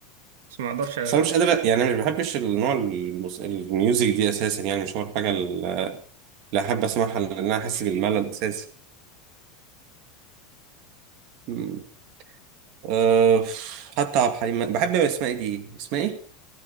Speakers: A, on the right; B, on the right.
A: بس ما اقدرش أ-
B: بس انا مش قادر يعني انا ما بحبش النوع الموس- الميوزك دي اساسا يعني مش هو الحاجه اللي احب اسمعها لان انا احس بالملل اساسا مم. أه حتى عبد الحليم بحب اسمها ايه دي اسمها ايه